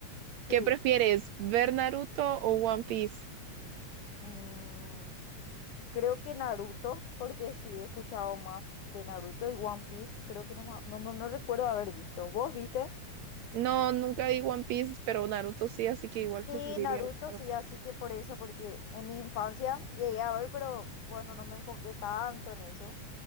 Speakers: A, on the right (about 70°); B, on the left (about 80°).
A: ¿Qué
B: Sí.
A: prefieres, ver Naruto o One Piece?
B: Mm, creo que Naruto, porque sí he escuchado más de Naruto y One Piece. Creo que no, ma- no, me- no recuerdo haber visto. ¿Vos viste?
A: No, nunca vi One Piece, pero Naruto sí, así que igual
B: Sí,
A: preferiría
B: Naruto,
A: ver Naruto.
B: sí, así que por eso, porque en mi infancia llegué a ver, pero bueno, no me enfoqué tanto en eso.